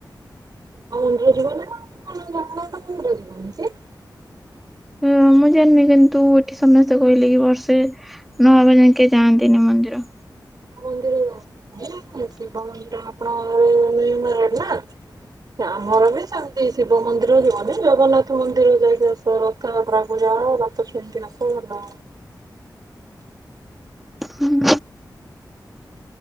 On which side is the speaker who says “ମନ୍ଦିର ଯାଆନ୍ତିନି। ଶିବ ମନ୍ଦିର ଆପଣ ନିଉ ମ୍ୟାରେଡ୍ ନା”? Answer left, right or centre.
Right